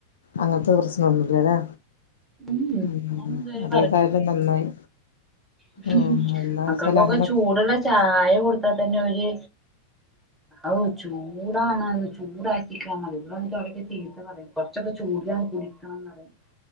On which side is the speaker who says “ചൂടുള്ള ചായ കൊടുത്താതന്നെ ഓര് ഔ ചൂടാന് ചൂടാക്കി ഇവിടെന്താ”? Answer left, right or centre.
Centre